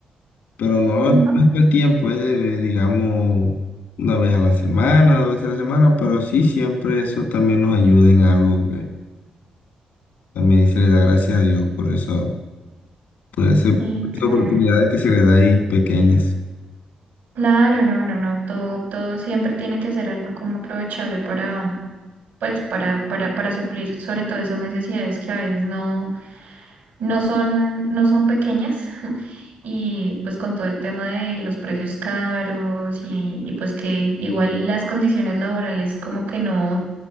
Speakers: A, on the left (about 80°); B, on the right (about 85°).
A: Pero no
B: Ujú.
A: es todo el tiempo, es de, digamos, una vez a la semana, dos veces a la semana, pero sí siempre eso también nos ayuda en algo que también se le da gracias a Dios por eso, por ese,
B: Sí,
A: por
B: claro.
A: esas oportunidades que se le da ahí pequeñas.
B: Claro, no, no, no, todo, todo siempre tiene que ser algo como aprovechable para, pues, para, para, para suplir sobre todo esas necesidades que a veces no, no son, no son pequeñas. <laughs> Y pues con todo el tema de los precios caros y, y pues que igual las condiciones laborales como que no,